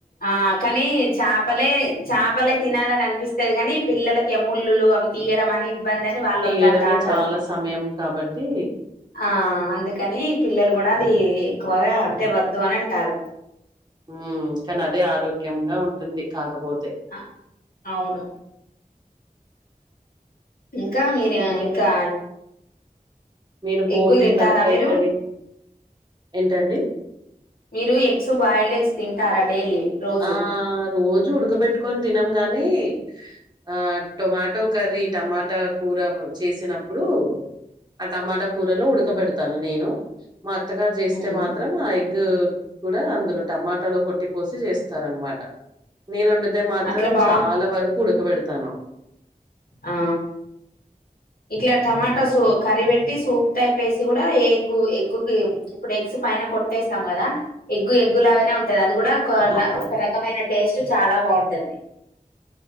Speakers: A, on the left; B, on the right.
A: ఆ కానీ చాపలే చాపలే తినాలని అనిపిస్తది కాని పిల్లలకి ఏమో ముల్లులు అవి తీయడం అని ఇబ్బంది అని వాళ్ళు
B: తీయడమే
A: వద్దంటా అంటారు
B: చాలా సమయం కాబట్టి
A: ఆ అందుకని పిల్లలు కూడా అది ఎక్కువగా అంటే వద్దు అని అంటారు
B: ఉ కానీ అదే ఆరోగ్యంగా ఉంటుంది కాకపోతే
A: అ అవును ఇంకా మీరు
B: ఇంకే
A: ఇంకా
B: మీరు బోటి,
A: ఎగ్గులు తింటారా
B: తలకాయ
A: మీరు
B: కర్రీ ఏంటండి?
A: మీరు ఎగ్స్ బాయిల్డ్ ఎగ్స్ తింటారా డైలీ రోజు
B: ఆ రోజు ఉడకబెట్టుకొని తినం గాని ఆ టొమాటో కర్రీ టమాటా కూర చేసినప్పుడు ఆ టమాటా కూరలో ఉడకబెడతాను నేను మా అత్తగారు చేస్తే
A: మ్మ్
B: మాత్రం ఆ ఎగ్ కూడా అందులో టమాటాలో కొట్టి పోసి చేస్త రనమాట నేను వండితే మాత్రం
A: అట్లా బాగుం
B: చాలా వరకు ఉడకబెడతాను
A: ఆ ఇట్లా టమాటా సో కర్రీ పెట్టి సూప్ టైప్ వేసి కూడా ఎగ్ ఎగ్ కి ఇప్పుడు ఎ పైన కొట్టేస్తాం కదా ఎగ్ ఎగ్ లాగానే ఉంటది అ కూడా ఒక
B: అవును.
A: ఒక రకమైన టేస్ట్ చాలా బాగుంటది